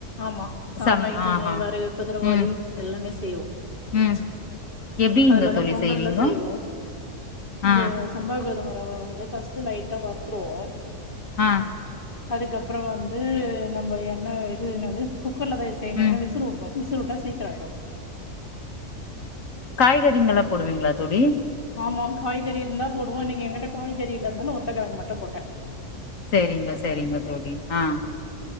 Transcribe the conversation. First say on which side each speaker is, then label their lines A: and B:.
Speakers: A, on the left; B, on the left.
A: ஆமா சாமை
B: சம்
A: தினை
B: ஆஹா
A: வரகு குதுரவாளி
B: ம்
A: எல்லா எல்லாமே செய்வோ
B: ம் எப்டிங்க
A: அதுல எல்லா
B: தோழி
A: பொங்கல்லா
B: செய்வீங்கோ
A: செய்வோ இந்த
B: ஆ
A: சம்பா கோதும ரவ வந்து ஃபஸ்ட்டு லைட்டா வருத்துருவோ
B: ஆ
A: அதுக்கப்பறோ வந்து நம்ப என்ன இது என்னது குக்கர்லதா இது செய்யணு
B: ம்
A: ஏன்னா விசுலு உடுணு விசுலு உட்டா சீக்குறோ ஆயிடு
B: காய்கறிங்களா போடுவீங்களா தோழி
A: ஆமா காய்கறி இருந்தா போடுவோ இன்னிக்கு எங்கிட்ட காய்கறி இல்ல இருந்தாலு உருளக்கெழங்கு மட்டு போட்ட
B: சேரிங்க சேரிங்க தோழி ஆ